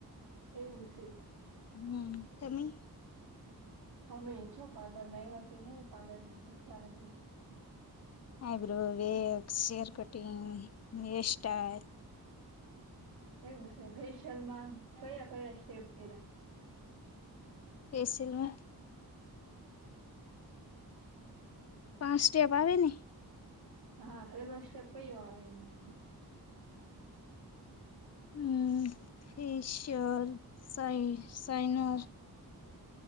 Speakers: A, on the right; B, on the left.
A: એવું છે
B: હ તમે
A: અમે છો પાર્લર માં આવ છે હું પાર્લર માં શીખવાજ
B: eyebrow wax hair cutting hairstyle
A: એવું જ નહ ફેશિયલ માં કયા કયા સ્ટેપ કર્યા
B: એસિલમાં પાંચ સ્ટેપ આવે ને
A: હા પેલો સ્ટેપ કયો આવે એમાંથી
B: હમ, ફેસર સાઇનર